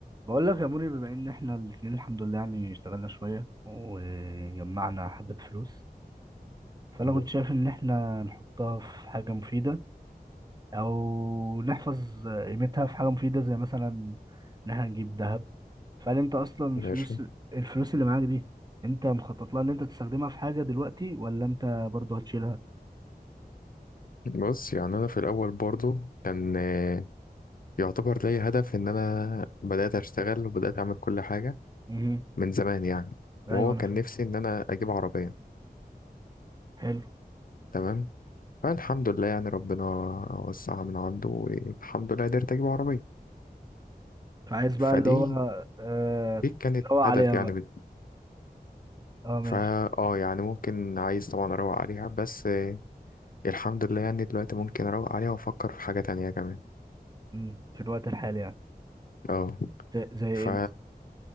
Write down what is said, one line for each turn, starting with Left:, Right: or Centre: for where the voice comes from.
Right: بقول لك يا موني بما ان احنا الاثنين الحمد لله يعني اشتغلنا شوية وجمعنا حبة فلوس فانا
Left: مم.
Right: كنت شايف ان احنا نحطها في حاجة مفيدة او نحفظ قيمتها في حاجة مفيدة زي مثلا ان احنا نجيب ذهب فهل انت اصلا
Left: ماشي
Right: الفلوس الفلوس اللي معاك دي انت مخطط لها ان انت تستخدمها في حاجة دلوقتي ولا انت برضه هتشيلها؟
Left: بص يعني انا في الاول برضو كان آه، يعتبر لي هدف ان انا بدات اشتغل وبدات اعمل كل حاجه
Right: امم
Left: من زمان يعني وهو
Right: ايوه انا
Left: كان
Right: فاهم
Left: نفسي ان انا اجيب عربيه
Right: حلو
Left: تمام فالحمد لله يعني ربنا وسعها من عنده والحمد لله قدرت اجيب عربيه
Right: فعايز بقى
Left: فدي
Right: اللي هو آه
Left: دي كانت
Right: تتنوع
Left: هدف
Right: عليها
Left: يعني
Right: بقى
Left: بت-
Right: اه ماشي
Left: فا اه يعني ممكن عايز طبعا اروق عليها بس آه، الحمد لله يعني دلوقتي ممكن اروق عليها وافكر في حاجه تانية كمان
Right: مم. في الوقت الحالي يعني
Left: اه
Right: زي زي ايه
Left: ف...
Right: مثلا؟